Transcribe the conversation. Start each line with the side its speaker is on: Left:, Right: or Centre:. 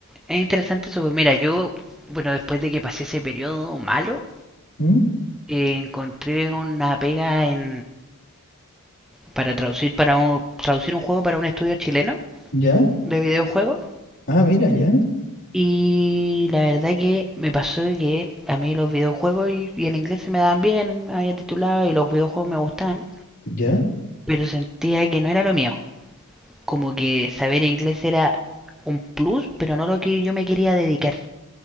Centre: es interesante eso. pues, Mira, yo, bueno, después de que pasé ese periodo malo,
Left: ¿Mm?
Centre: eh, encontré una pega en... para traducir para un... traducir un juego para un estudio chileno
Left: ¿Ya?
Centre: de videojuegos.
Left: Ah, mira, ya,
Centre: Y la verdad que me pasó que a mí los videojuegos y, y el inglés se me daban bien, me había titulado y los videojuegos me gustaban,
Left: ya,
Centre: pero sentía que no era lo mío. Como que saber inglés era un plus, pero no lo que yo me quería dedicar.